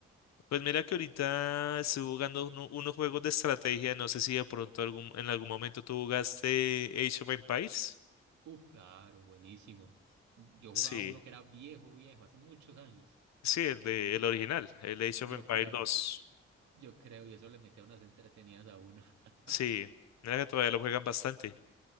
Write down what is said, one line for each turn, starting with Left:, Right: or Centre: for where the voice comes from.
Left: Pues mira que ahorita estoy jugando uno- unos juegos de estrategia. No sé si de pronto algún, en algún momento tú jugaste Age of Empires.
Right: Uf, claro, buenísimo. Yo
Left: Sí,
Right: jugaba uno que era viejo, viejo, hace muchos años.
Left: sí, el de,
Right: Y, y
Left: el original, el Age
Right: yo
Left: of Empires
Right: creo,
Left: 2.
Right: yo creo, y eso le metía unas entretenidas a uno. <laughs>
Left: Sí, mira que todavía lo juegan bastante.